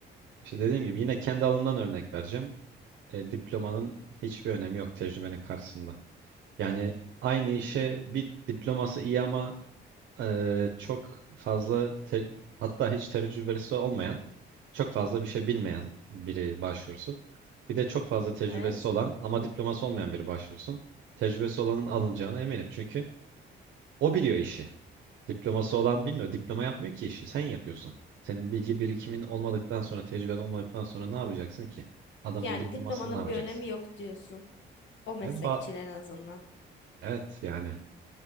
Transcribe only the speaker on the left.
Evet.
Yani
diplomanın
bir önemi yok diyorsun. O meslek
için en azından.